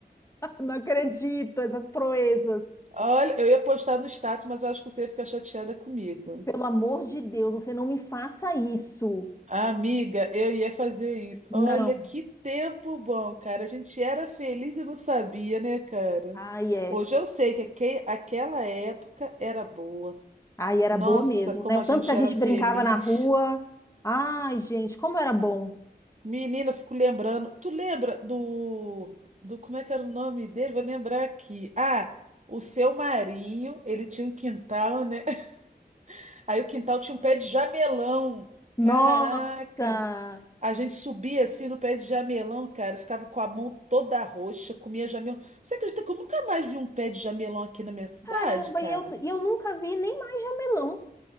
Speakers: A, on the left (about 20°); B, on the right (about 45°).
A: Não acredito, essas proezas.
B: Olha, eu ia postar no status, mas eu acho que você ia ficar chateada comigo.
A: Pelo amor de Deus, você não me faça isso.
B: Amiga, eu ia fazer isso.
A: Não.
B: Olha que tempo bom, cara. A gente era feliz e não sabia, né, cara?
A: Ai, é.
B: Hoje eu sei que aque- aquela época era boa.
A: Ai, era
B: Nossa,
A: boa mesmo,
B: como
A: né?
B: a
A: O
B: gente
A: tanto que a
B: era
A: gente
B: feliz.
A: brincava na rua. Ai, gente, como era bom.
B: Menina, eu fico lembrando. Tu lembra do, do. Como é que era o nome dele? Vou lembrar aqui. Ah, o seu Marinho, ele tinha um quintal, né? <laughs> Aí o quintal tinha um pé de jamelão.
A: Nossa!
B: Caraca! A gente subia assim no pé de jamelão, cara. Ficava com a mão toda roxa, comia jamelão. Você acredita que eu nunca mais vi um pé de jamelão aqui na minha cidade,
A: Caramba,
B: cara?
A: e eu, e eu nunca vi nem mais jamelão.